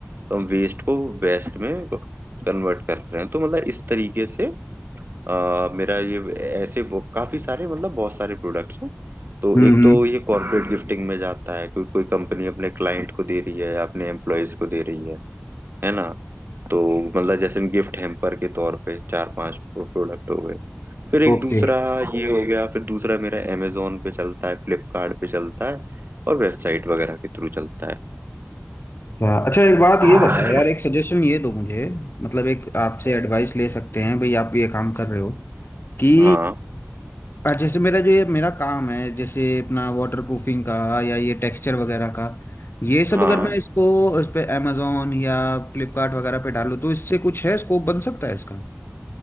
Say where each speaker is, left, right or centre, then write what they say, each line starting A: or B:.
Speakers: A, on the right (about 60°); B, on the left (about 65°).
A: तो हम वेस्ट को वेस्ट में कन्वर्ट कर रहे हैं तो मतलब इस तरीके से अ, मेरा ये ऐसे वो- काफी सारे मतलब बहुत सारे प्रोडक्ट्स हैं तो
B: हम्म
A: एक
B: हम्म
A: तो ये कॉर्पोरेट गिफ्टिंग में जाता है कोई कोई कंपनी अपने क्लाइंट को दे रही है या अपने एम्प्लॉयज को दे रही है है ना तो मतलब जैसे गिफ्ट हैम्पर के तौर पे चार पांच प्रोडक्ट हो गए फिर एक
B: ओके
A: दूसरा ये हो गया फिर दूसरा मेरा अमेजोन पे चलता है फ्लिपकार्ट पे चलता है और वेबसाइट वगैरह के थ्रू चलता है
B: अच्छा अच्छा, एक बात
A: हाँ
B: ये बताओ यार एक सजेशन ये दो मुझे मतलब एक आपसे एडवाइस ले सकते हैं भाई आप ये काम कर रहे हो कि
A: हाँ
B: और जैसे मेरा जो ये मेरा काम है जैसे अपना वाटर प्रूफिंग का या ये टेक्सचर वगैरह का ये सब
A: हाँ
B: अगर हम्म। मैं इसको इस पे अमेजोन या फ्लिपकार्ट वगैरह पे डालूं तो इससे कुछ है स्कोप बन सकता है इसका